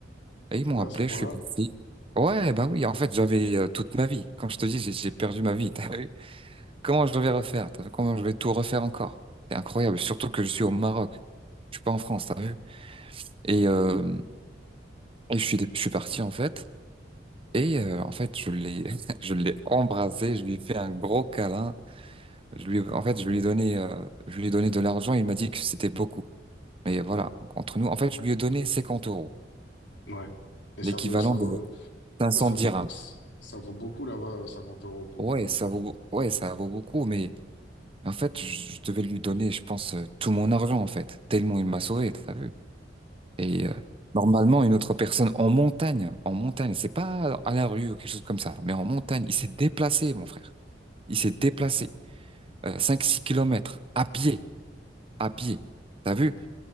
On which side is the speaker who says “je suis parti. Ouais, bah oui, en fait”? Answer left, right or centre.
Right